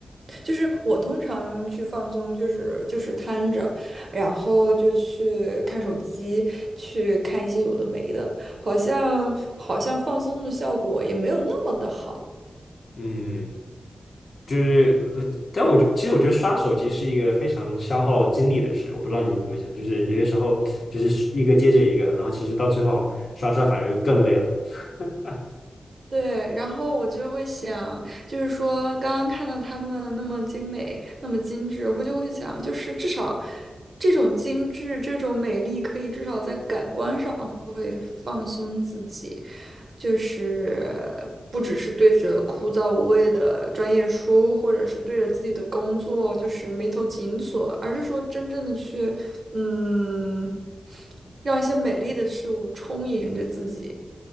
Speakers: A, on the right; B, on the left.
A: 就是我通常去放松，就是就是瘫着，然后就去看手机，去看一些有的没的，好像好像放松的效果也没有那么的好。
B: 嗯，就是呃，但我觉其实我觉得刷手机是一个非常消耗精力的事。我不知道你怎么想，就是有些时候就是一个接着一个，然后其实到最后刷刷反而更累了。<laughs>
A: 对，然后我就会想，就是说刚刚看到他们那么精美，那么精致，我就会想，就是至少这种精致、这种美丽，可以至少在感官上会放松自己。就是不只是对着枯燥无味的专业书，或者是对着自己的工作就是眉头紧锁，而是说真正的去，嗯，让一些美丽的事物充盈着自己。